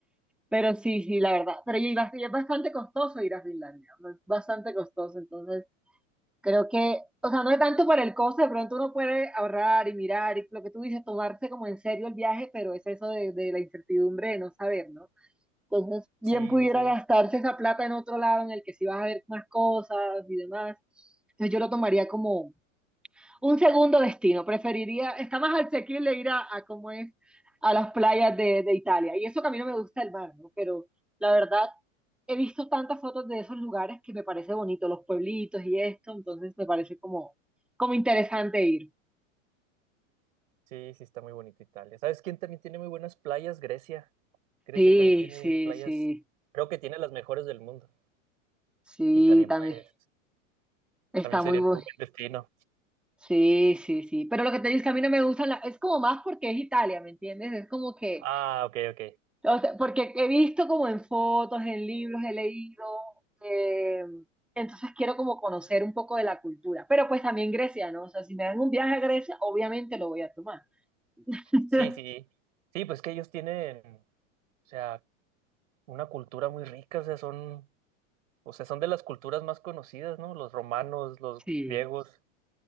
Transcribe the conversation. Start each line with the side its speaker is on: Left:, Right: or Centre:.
Centre: Pero sí, sí, la verdad. Pero y bast- y es bastante costoso ir a Finlandia, ¿no? Es bastante costoso. Entonces, creo que, o sea, no es tanto por el costo, de pronto uno puede ahorrar y mirar y lo que tú dices, tomarse como en serio el viaje, pero es eso de, de la incertidumbre de no saber, ¿no? Entonces, bien
Right: Sí,
Centre: pudiera
Right: sí,
Centre: gastarse esa plata en otro lado en el que sí vas a ver más cosas y demás. Entonces, yo lo tomaría como un segundo destino. Preferiría, está más asequible ir a, a cómo es, a las playas de, de Italia. Y eso que a mí no me gusta el mar, ¿no? Pero la verdad, he visto tantas fotos de esos lugares que me parece bonito, los pueblitos y esto. Entonces, me parece como, como interesante ir.
Right: sí, sí, está muy bonito Italia. ¿Sabes quién también tiene muy buenas playas? Grecia. Grecia
Centre: Sí,
Right: también tiene
Centre: sí,
Right: playas,
Centre: sí,
Right: creo que tiene las mejores del mundo.
Centre: sí,
Right: Y también,
Centre: también.
Right: pues,
Centre: Está
Right: también sería
Centre: muy bueno.
Right: un muy buen destino.
Centre: Sí, sí, sí. Pero lo que te digo es que a mí no me gustan, la- es como más porque es Italia, ¿me entiendes? Es como que,
Right: Ah, ok, ok.
Centre: o sea, porque he visto como en fotos, en libros, he leído, eh, entonces quiero como conocer un poco de la cultura. Pero pues también Grecia, ¿no? O sea, si me dan un viaje a Grecia, obviamente lo voy a tomar. <laughs>
Right: Sí, sí. Sí, pues que ellos tienen, O sea, una cultura muy rica, o sea, son, o sea, son de las culturas más conocidas, ¿no? Los romanos, los
Centre: Sí,
Right: griegos,